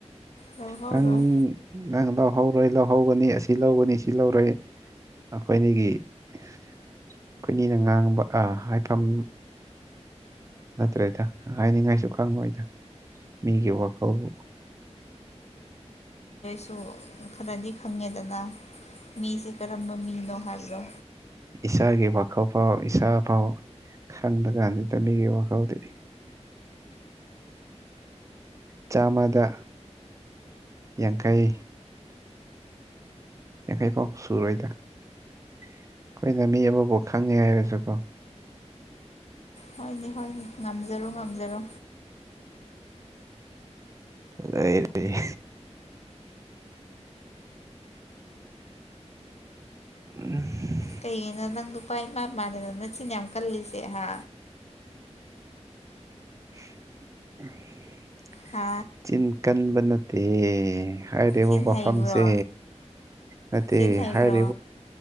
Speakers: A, on the left; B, on the right.
A: ꯂꯧꯍꯧꯔꯣꯏ
B: ꯅꯪ ꯅꯪ ꯂꯧꯍꯧꯔꯣꯏ ꯂꯧꯍꯧꯒꯅꯤ ꯑꯁꯤ ꯂꯧꯒꯅꯤ ꯁꯤ ꯂꯧꯔꯣꯏ ꯑꯩꯈꯣꯏꯒꯤ ꯑꯩꯣꯏꯅꯤꯅ ꯉꯥꯡꯕ ꯍꯥꯏꯐꯝ ꯑꯠꯇꯦꯇ ꯍꯥꯏꯅꯤꯡꯉꯥꯏꯁꯨ ꯈꯪꯉꯣꯏꯗ ꯃꯤꯒꯤ ꯋꯥꯈꯜꯕꯨ
A: ꯁꯨ ꯈꯔꯗꯤ ꯈꯪꯉꯦꯗꯅ ꯃꯤꯁꯦ ꯀꯔꯝꯕ ꯃꯤꯅꯣ ꯍꯥꯏꯕꯗꯣ
B: ꯏꯁꯥ ꯏꯥꯒꯤ ꯍꯕ ꯀꯧꯕ ꯐꯥꯎ ꯏꯥ ꯐꯥꯎ ꯈꯪꯗ ꯥꯟꯗꯤ ꯇꯃꯤꯒꯤ ꯋꯥ ꯀꯥꯎꯗꯤ ꯆꯥꯝꯃꯗ ꯌꯥꯡꯈꯩ ꯌꯥꯡꯈꯩ ꯐꯥꯎ ꯁꯨꯔꯣꯏꯗ ꯑꯩꯈꯣꯏꯅ ꯃꯤ ꯑꯃꯕꯨꯥꯎ ꯈꯪꯉꯦ ꯍꯥꯏꯔꯁꯨꯀꯣ
A: ꯍꯣꯏꯅꯦ ꯍꯣꯏꯅꯦ ꯉꯝꯖꯔꯣ ꯉꯝꯖꯔꯣ
B: ꯂꯩ ꯂꯩ ꯎ
A: ꯀꯩꯒꯤꯅ ꯅꯪ ꯅꯨꯄꯥ ꯏꯃꯥ ꯏ ꯃꯥꯟꯅꯅ ꯅ ꯁꯤꯤꯟꯅ ꯌꯥꯝ ꯀꯜꯂꯤꯁꯦ ꯍꯥ
B: <inaudible>
A: ꯍꯥ
B: ꯆꯤꯟ ꯀꯟꯕ ꯅꯠꯇꯦ ꯍꯥꯏꯔꯦꯕ
A: ꯆꯤꯟ
B: ꯃꯐꯝꯁꯦ
A: ꯍꯩꯕ꯭ꯔꯣ
B: ꯅꯠꯇ
A: ꯆꯤꯟ ꯍꯩꯕ꯭ꯔꯣ
B: ꯍꯥꯏꯔꯦ